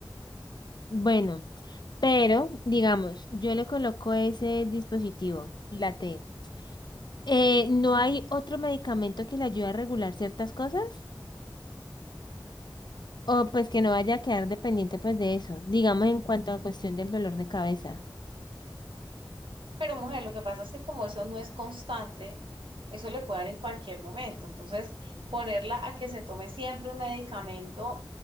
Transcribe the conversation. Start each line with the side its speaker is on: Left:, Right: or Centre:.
Left: Bueno, pero digamos, yo le coloco ese dispositivo, la T. Eh, ¿no hay otro medicamento que le ayude a regular ciertas cosas? O pues que no vaya a quedar dependiente pues de eso. Digamos en cuanto a cuestión del dolor de cabeza.
Right: Pero mujer, lo que pasa es que como eso no es constante, eso le puede dar en cualquier momento. Entonces, ponerla a que se tome siempre un medicamento